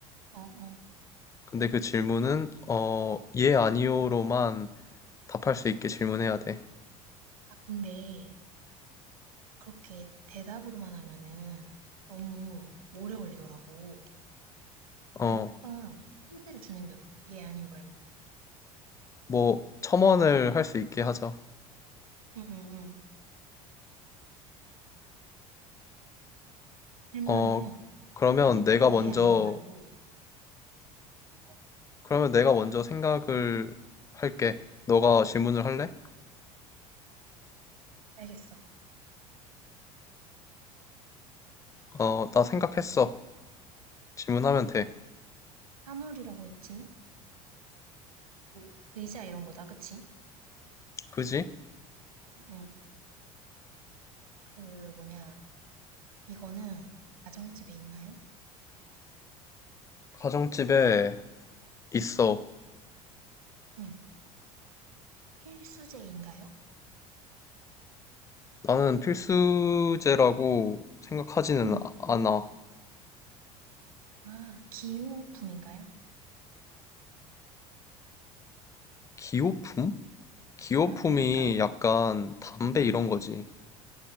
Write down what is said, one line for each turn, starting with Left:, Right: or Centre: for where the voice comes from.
Right: 어, 어.
Left: 근데 그 질문은 어, 예 아니오로만 답할 수 있게 질문해야 돼.
Right: 아, 근데 그렇게 대답으로만 하면은 너무 오래 걸리더라고.
Left: 어,
Right: 난 조금 힌트를 주는 게 어때? 예, 아니요 말고.
Left: 뭐 첨언을 할 수 있게 하자.
Right: 응, 응, 응. 질문하면은
Left: 어, 그러면
Right: 만약에
Left: 내가
Right: 어,
Left: 먼저
Right: 예, 아니요 말고 어,
Left: 그러면 내가 먼저 생각을 할게. 너가 질문을 할래?
Right: 알겠어.
Left: 어, 나 생각했어. 질문하면 돼.
Right: 사물이라고 했지? 뭐, 의자 이런 거다, 그치?
Left: 그지?
Right: 응. 그 뭐냐? 이거는 가정집에 있나요?
Left: 가정집에 있어.
Right: 응. 필수제인가요?
Left: 나는 필수제라고 생각하지는
Right: 응.
Left: 아- 않아.
Right: 아, 기호품인가요?
Left: 기호품? 기호품이
Right: 아, 그러니까,
Left: 약간 담배
Right: 응, 응.
Left: 이런 거지.